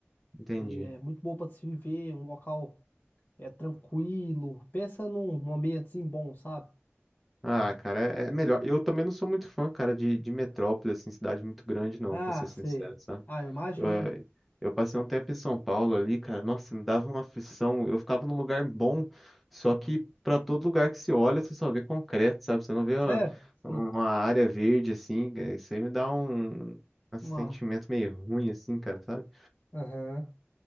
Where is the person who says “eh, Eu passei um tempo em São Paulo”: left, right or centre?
Centre